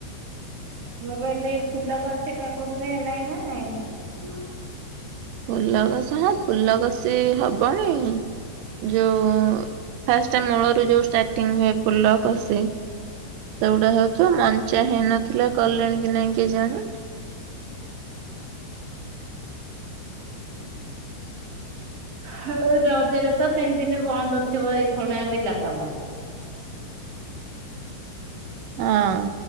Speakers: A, on the right; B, on the right.
A: ମୁଁ କହିଲି ଏଇ ଫୁଲ କସି ଟା କାକୁଡ଼ି ରେ ହେଲାଣି ନା ନାଇଁ।
B: ଫୁଲ କସା ହଁ ଫୁଲ କସି ହବଣି ଯୋଉ ଫାଷ୍ଟ ମୂଳରୁ ଯୋଉ ଷ୍ଟାର୍ଟିଙ୍ଗ ହୁଏ ଫୁଲ କଶି ସେଗୁଡା ହଉଥିବ ମ ଚା ହେଇ ନଥିଲା କଲେଣି କି ନହିଁ କେଜାଣି।
A: ହେଁ ରଜରେ ତ ତିନି ଦିନ ବନ୍ଦ ଥିବ ଏଇ ଖଣିଏ ବିଲ କାମ।
B: ଅଁ।